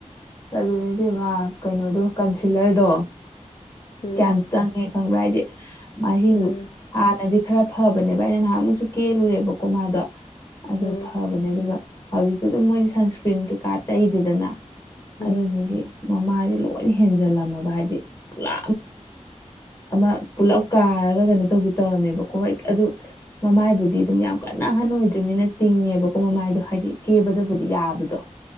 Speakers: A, on the left; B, on the left.
A: ꯑꯗꯨꯅꯦꯗꯤꯕꯥ ꯀꯩꯅꯣꯗꯣ ꯀꯟꯁꯤꯂꯔꯗꯣ
B: ꯎꯝ
A: ꯀꯌꯥꯝ ꯆꯪꯉꯦ ꯈꯪꯕ꯭ꯔꯥ ꯍꯥꯏꯗꯤ ꯃꯍꯤꯡꯗꯨ
B: ꯎꯝ
A: ꯍꯥꯟꯅꯗꯤ ꯈꯔ ꯐꯕꯅꯦꯕ ꯑꯩꯅ ꯅꯍꯥꯟꯃꯨꯛꯁꯨ ꯀꯦꯔꯨꯔꯦꯕꯀꯣ ꯃꯥꯗꯣ ꯑꯗꯨ
B: ꯎꯝ
A: ꯐꯕꯅꯦ ꯑꯗꯨꯒ ꯍꯧꯖꯤꯛꯇꯤ ꯑꯗꯨꯝ ꯃꯣꯏꯗꯤ ꯁꯟꯁꯀ꯭ꯔꯤꯟ ꯀꯩꯀꯥ ꯇꯛꯏꯗꯗꯅ
B: ꯎꯝ
A: ꯑꯗꯨꯗꯨꯒꯤ ꯃꯃꯥꯗꯤ ꯂꯣꯏ ꯍꯦꯟꯖꯜꯂꯝꯃꯕ ꯍꯥꯏꯗꯤ ꯄꯨꯂꯥ ꯑꯃ ꯄꯨꯂꯞ ꯀꯥꯔꯒ ꯀꯩꯅꯣ ꯇꯧꯕꯤ ꯇꯧꯔꯝꯃꯦꯕꯀꯣ ꯍꯣꯏ ꯑꯗꯨ ꯃꯃꯥꯏꯕꯨꯗꯤ ꯑꯗꯨꯝ ꯌꯥꯝ ꯀꯟꯅ ꯑꯍꯟ ꯑꯣꯏꯗ꯭ꯔꯤꯕꯅꯤꯅ ꯇꯤꯡꯉꯦꯕꯀꯣ ꯃꯃꯥꯏꯗꯣ ꯍꯥꯏꯗꯤ ꯀꯦꯕꯗꯕꯨꯗꯤ ꯌꯥꯕꯗꯣ